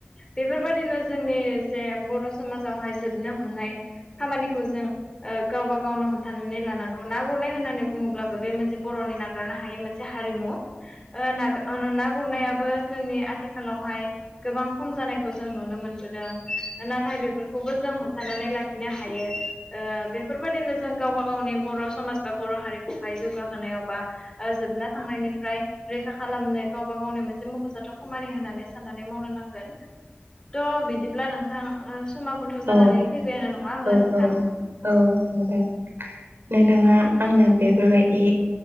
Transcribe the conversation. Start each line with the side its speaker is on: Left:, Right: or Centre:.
Left: बेफोरबायदिनो जोंनि जे बर' समाजावहाय जोबनो हमनाय खामानिखौ जों <inaudible> गावबा गावनो हमथानानै लानांगौ। ना गुरनाय होननानै बुङोब्ला बे मोनसे बर'नि नाग हायो मोनसे हारिमु ओ ना ना गुरनाय याबो जोंनि आथिखालावहाय गोबां खम जानायखौ जों नुनो मोन <inaudible> नाथाय बेफोरखौबो जों साननानै लाखिनो हायो ओ बेफोरबायाददिनो जों गावबा गावनि बर' समाज बा बर' हारि बेहाय जौगाहोनायाव बा आ जोबना थांनायनिफ्राय रैखा खालामनो गावबा गावनि मोनसे मख'जाथ खामानि होनानै साननानै मावनो नां <unintelligible> थ' बिदिब्ला नोंथां <unintelligible>
Right: औ
Left: जानानै फैबायानो नङा होमब्ला
Right: औ
Left: नोंथां
Right: औ औ नोंथां नोंथाङा
Left: औ
Right: आंना बेफोरबायदि